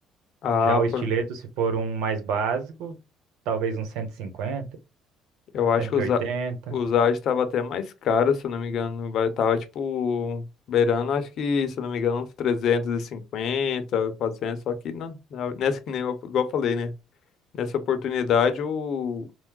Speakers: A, on the left; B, on the right.
A: Ah,
B: Já o estileto, se for um mais básico, talvez uns cento cento e cinquenta,
A: Eu acho
B: cento
A: que usar
B: e oitenta.
A: usar estava até mais caro, se eu não me engano, vai tava tipo beirando, acho que, se eu não me engano, uns 350 400 só que não, na- nessa que nem eu, igual eu falei, né? Nessa oportunidade o